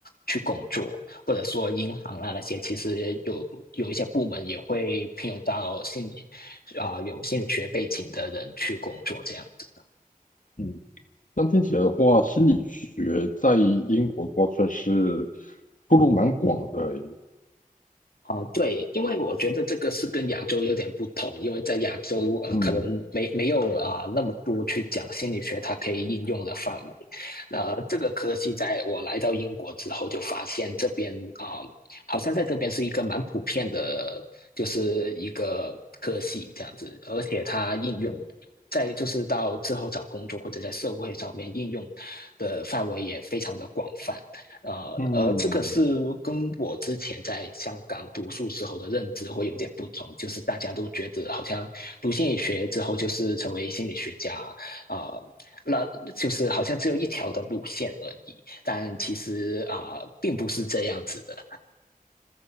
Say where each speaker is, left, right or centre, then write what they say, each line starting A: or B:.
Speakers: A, on the left (about 80°); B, on the left (about 60°).
A: 去工作，或者说银行啊那些，其实有有一些部门也会聘用到心理啊、呃有心理学背景的人去工作这样子。
B: 嗯，但听起来的话，心理学在英国的话算是出路蛮广的欸。
A: 啊、呃对，因为我觉得这个是跟亚洲有点不同，因为在亚洲呃可能没没有啊、
B: 嗯
A: 呃那么多去讲心理学它可以应用的范围。那这个科系在我来到英国之后就发现这边啊，呃好像在这边是一个蛮普遍的，就是一个科系这样子，而且它应用。在就是到之后找工作或者在社会上面应用的范围也非常的广泛，呃，
B: 嗯，
A: 而这个是跟我之前在香港读书时候的认知会有点不同，就是大家都觉得好像读心理学之后就是成为心理学家，啊、呃那就是好像只有一条的路线而已，但其实啊、呃并不是这样子的。